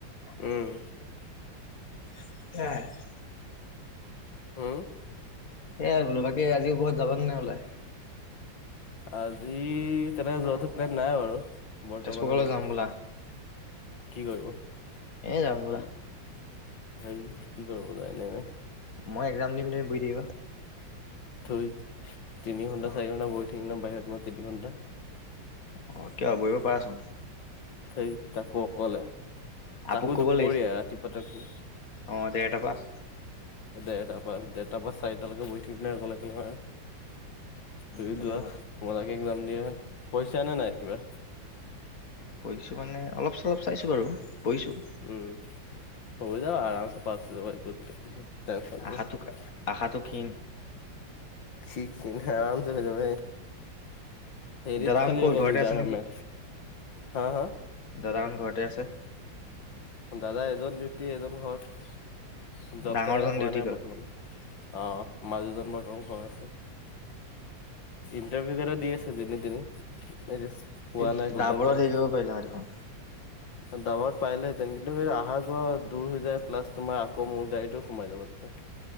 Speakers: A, on the left (about 70°); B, on the left (about 50°).
A: উমঁ।
B: <unintelligible>
A: হুম?
B: এয়াই বোলো। বাকী' আজি ক'ৰবাত যাবা নে বোলে?
A: আজি তেনেকে যোৱাটো প্লেন নাই বাৰু। বৰ্তমানলৈকে,
B: তেজপুৰ কলেজ যাম বোলা
A: কি কৰিব।
B: এনে যাম বোলা
A: হেৰি কি কৰিব যায় এনেকে।
B: মই এক্সাম দিম, তুমি বহি থাকিবা।
A: থুইট, তিনি ঘণ্টা,
B: অ
A: চাৰি ঘন্টা, বহি থাকিম না বাহিৰত পৰা তিনি ঘণ্টা।
B: অ' কিয়? বহিব পাৰাচোন।
A: থেই তাকো অকলে।
B: আপুক
A: তাকো
B: ক'ব
A: দুপৰিয়া।
B: লাগিছিল
A: ৰাতি পুৱাটো
B: অ ডেৰটা পাছ
A: দেৰটাৰ পা দেৰটাৰ পৰা চাৰিটালৈকে বহি থাকিম নে অকলে-অকলে। তুমি
B: সেইটো
A: যোৱা
B: হয়
A: মোলাকে একদাম দিয়া পইচা নে নাই কিবা।
B: পঢ়িছো মানে অলপ চলপ চাইছোঁ বাৰু পঢ়িছোঁ।
A: উম হৈ যাব আৰাামচে পাঁচশাই কৰি। <unintelligible>
B: আশাটো আশাটো ক্ষীণ
A: শিক ন আৰামচে হৈ যাব। হেৰিত
B: দাদাহত
A: খালি
B: ক'ত
A: একবাৰ
B: ঘৰতে
A: দিগদাৰ
B: আছে
A: হয় মে হা হা।
B: দাদামান ঘৰতে আছে।
A: দাদা এজন ডিউটি এজন ঘৰত জব
B: ডাঙৰজন
A: তেনেকে পোৱা
B: ডিউটি
A: নাই
B: গ'ল
A: বৰ্তমানত। অ মাজহজন বৰ্তমান ঘৰ আছে ইনটাৰভি। দি আছে যেনি তেনি পোৱা
B: এই
A: নাই কৰবাত
B: দাবৰত
A: ভাল।
B: হেৰি কৰিব পাৰিলা হয় দেখোন
A: দামত পাইলে। তেন কিন্তু সেই অহা যোৱা দূৰ হৈ যায় প্লাছ তোমাৰকৌ মোৰ গাড়ীতটো সোমাই যাবাতে।